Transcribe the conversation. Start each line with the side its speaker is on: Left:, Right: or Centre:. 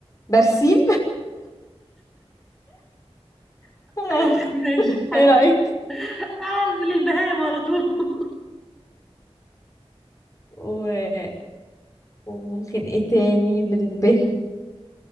Left: برسيم <laughs> آه،
Centre: <laughs> ماشي حلو
Left: ايه رأيك
Centre: <laughs> تعال من البهايم على طول <laughs>
Left: و... وممكن ايه تاني بالب